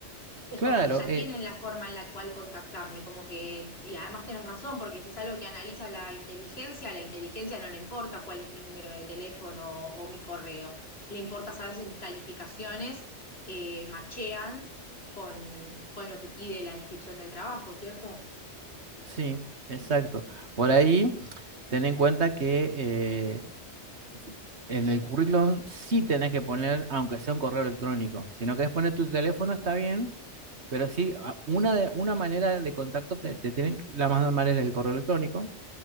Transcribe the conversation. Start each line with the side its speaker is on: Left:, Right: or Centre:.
Left: es
Right: claro,
Left: como que ya
Right: eh,
Left: tienen la forma en la cual contactarme, como que, y además tenés razón, porque si es algo que analiza la inteligencia, a la inteligencia no le importa cuál es mi número de teléfono o, mi correo, le importa saber si mis calificaciones eh, machean con, con lo que pide la descripción del trabajo, ¿cierto?
Right: sí, exacto. Por ahí... Ten en cuenta que eh, si- En el currículum sí tenés que poner, aunque sea un correo electrónico. Si no querés poner tu teléfono, está bien, pero sí, a- una, de, una manera de contacto te, te tienen, que- la más normal es el correo electrónico,